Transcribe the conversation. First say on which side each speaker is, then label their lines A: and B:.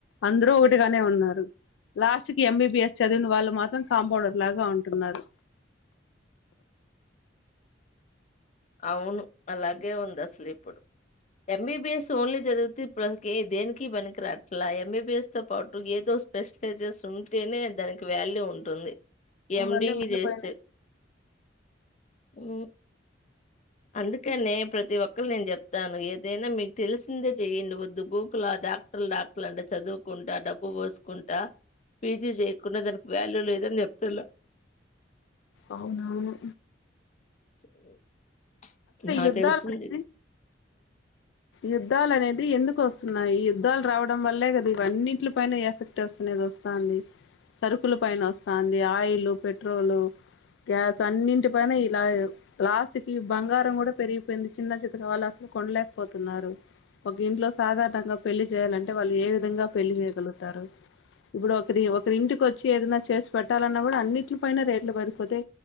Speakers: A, on the left; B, on the left.
A: అందరూ ఒకటిగానే ఉన్నారు. లాస్ట్ కి ఎంబీబిఎస్ చదివిన వాళ్ళు మాత్రం కాంపౌండర్ లాగా ఉంటున్నారు.
B: అవును అలాగే ఉంది అస్లిప్పుడు. ఎంబీబీఎస్ ఓన్లీ చదివితే ఇప్పుడసల్ కే దేనికి పనికి రాట్లా, ఎంబీబీఎస్ తో పాటు ఏదో స్పెషలైజెస్ ఉంటేనే దానికి వాల్యూ ఉంటుంది. ఎండిఈ
A: వల్లే మిగిలిపోయిన
B: జేస్తే. ఊ అందుకేనే ప్రతి ఒక్కల్ నేను చెప్తాను. ఏదైనా మీకు తెలిసిందే చెయ్యండి. పొద్దు మూకులు డాక్టర్ డాక్టర్ అంటే చదువుకుంటే డబ్బు పోసుకుంటా పీజీ చేయకుండా దానికి వాల్యూ లేదని చెప్తలా
A: అవునవును
B: <inaudible> నాకు
A: యుద్ధాలు
B: తెల్సింది
A: అనేది యుద్ధాలు అనేది ఎందుకు వస్తున్నాయి ఈ యుద్ధాలు రావడం వల్లే కదా ఇవన్నిట్ల పైన ఎఫెక్ట్ వస్తునేది వస్తంది సరుకుల పైన వస్తంది ఆయిల్ పెట్రోల్ గ్యాస్ అన్నింటి పైన ఇలా లాస్ట్ కి బంగారం కూడా పెరిగిపోయింది చిన్న చితకా వాళ్ళు అసలు కొనలేకపోతున్నారు ఒక ఇంట్లో సాధారణంగా పెళ్లి చేయాలంటే వాళ్ళు ఏ విధంగా పెళ్లి చేయగలుగుతారు ఇప్పుడు ఒక ఒకరి ఇంటికి వచ్చి ఏద చేసి పెట్టాలన్న కూడా అన్నింటి పైన రేట్లు పెరిగిపోతే